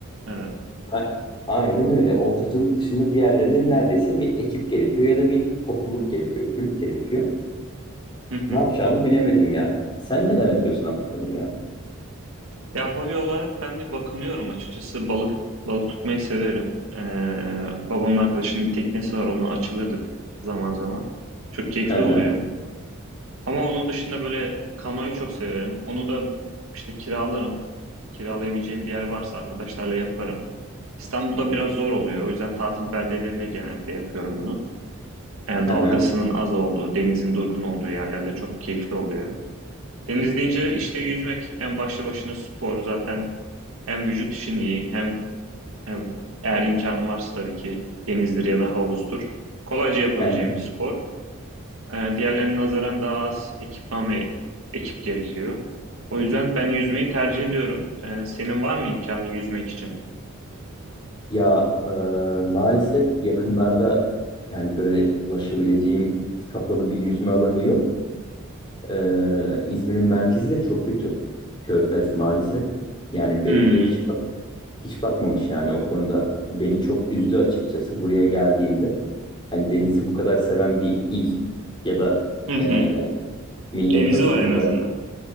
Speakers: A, on the right; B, on the left.
A: Evet.
B: A- Aynen öyle. Oltacılık dışında diğerlerinin neredeyse bir ekip gerekiyor ya da bir topluluk gerekiyor, kulüp gerekiyor.
A: Hı hı.
B: Ne yapacağımı bilemedim ya. Sen neler yapıyorsun Abdülkadir ya?
A: Ya hobi olarak ben de bakınıyorum açıkçası. Balık balık tutmayı severim. Ee, babamın arkadaşının bir teknesi var. Onunla açılırdık zaman zaman. Çok keyifli
B: Hı hı,
A: oluyor. Ama onun dışında böyle kanoyu çok severim. Onu da işte kiralarım. Kiralayabileceğim bir yer varsa arkadaşlarla yaparım. İstanbul'da biraz zor oluyor. O yüzden tatil beldelerine genellikle yapıyorum bunu. Ee, dalgasının
B: hı hı,
A: az olduğu, denizin durgun olduğu yerlerde çok keyifli oluyor. Deniz deyince işte yüzmek en başlı başına spor zaten. Hem vücut için iyi hem, hem eğer imkanın varsa tabii ki denizdir ya da havuzdur. Kolayca yapabileceğim
B: hı hı.
A: bir spor. Ee, diğerlerine nazaran daha az ekipman ve ekip gerekiyor. O yüzden ben yüzmeyi tercih ediyorum. Ee, senin var mı imkanı yüzmek için?
B: Ya e, maalesef yakınlarda yani böyle ulaşabileceğim kapalı bir yüzme alanı yok. E, İzmir'in merkezi de çok kötü. Körfez maalesef. Yani belediye
A: Hmm.
B: hiç bak- hiç bakmamış yani o konuda beni çok üzdü açıkçası buraya geldiğimde. Hani denizi bu kadar seven bir il ya da
A: Hı hı.
B: e, millet
A: Denizi
B: nasıl
A: var
B: bu
A: en
B: kadar
A: azından.